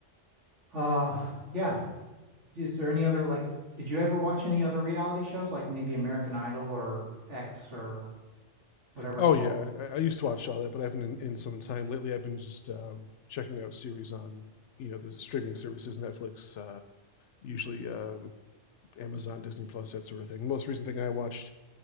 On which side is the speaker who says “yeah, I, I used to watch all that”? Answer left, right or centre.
Left